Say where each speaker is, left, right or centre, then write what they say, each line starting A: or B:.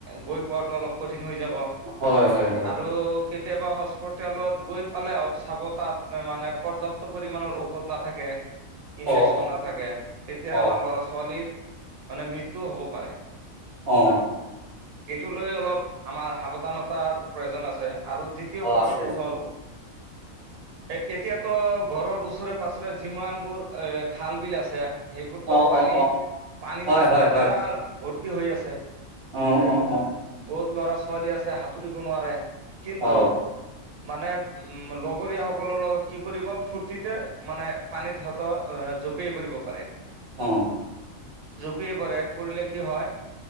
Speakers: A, on the right (about 85°); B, on the right (about 25°).
A: গৈ পোৱাটো অলপ কঠিন যাব
B: হয় হয় হয়
A: আৰু কেতিয়াবা হস্পিতেলত গৈ পালেও চাব তাত মানে পৰ্যাপ্ত পৰিমণৰ ঔষধ নাথাকে। ইঞ্জেকচন
B: অ অ
A: ন থাকে তেতিয়া
B: অ
A: আমাৰ ল'ৰা ছোৱালীৰ মানে মৃত্যু টো হ'ব পাৰে
B: অ
A: এইটো লৈ অলপ আমাৰ সাৱধানতাৰ প্ৰয়োজন আছে আৰু দ্বিতীয়
B: অ
A: কথাটো
B: আছে আছে
A: হ'ল এ এতিয়াতো ঘৰৰ ওচৰে পাঁাজৰে যিমানবোৰ এ খাল বিল আছে সেইবোৰতো
B: অ
A: পানীত
B: অ অ অ
A: পানী
B: হয়
A: দি
B: হয়
A: তো পুৰা ভৰ্তি হৈ আছে।
B: অ', অ'।
A: বহুত ল'ৰা ছোৱালী আছে সাঁতুৰিব নোৱাৰে কিন্তু
B: অঁ অঁ
A: মানে লগৰীয়াসকলৰ লগত কি কৰিব ফূৰ্তিতে মানে পানীতহঁত জঁপিয়াই পৰিব পাৰে।
B: অ
A: প পৰিলে কি হয়